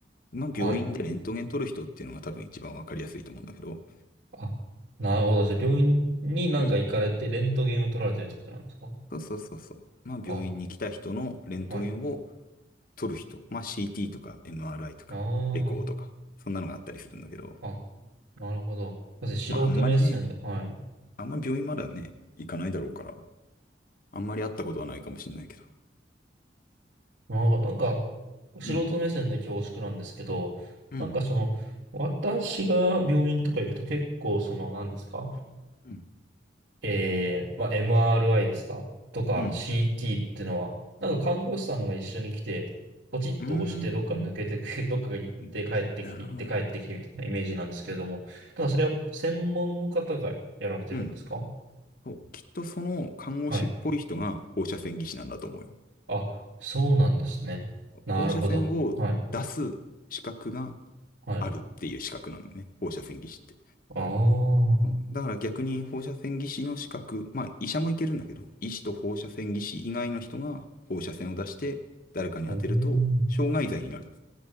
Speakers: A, on the left; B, on the right.
A: まあ、
B: はい。
A: 病院でレントゲン取る人っていうのが多分一番わかりやすいと思うんだけど。
B: あ、なるほど。じゃあ病院になんか行かれてレントゲンを取られてるってことなんですか
A: うん。そうそうそうそう。まあ、
B: あ、
A: 病院に来た人のレントゲンを
B: はい。
A: 取る人。まあ、CT とか MRI とか、
B: あ
A: エコーとか、そんなのがあったりするんだけど。
B: あ、あ、なるほど。だって素人目線で、
A: まあ、あんまりね、
B: はい。
A: あんま病院まではね、行かないだろうから、あんまり会ったことはないかもしれないけど。
B: ああ、なんか、素人目線で恐縮なんですけど、
A: うん、うん、
B: なんかその、私が病院とか行くと結構その、何ですか
A: うん、
B: えー、まあ、MRI ですかとか
A: うん、
B: CT ってのは、なんか看護師さんが一緒に来て、ポチッと押してどっか抜けてく、
A: うーん。
B: <laughs> どっかが行って帰ってきて、
A: うんなるほど、
B: 行って帰ってきてみたいなイメージなんですけれども、
A: なるほど。
B: ただそれは専門の方がやられてるんですか
A: うん。そう、きっとその看護師っぽい人が放射線技師なんだと思うよ。
B: はい。あ、そうなんですね。なるほど。
A: 放射線を出す資格が
B: はい。はい。
A: あるっていう資格なんだね。放射線技師って。
B: ああ。
A: うんだから逆に放射線技師の資格、まあ医者もいけるんだけど、医師と放射線技師以外の人が放射線を出して誰かに当てると、
B: うーん
A: 傷害罪になる。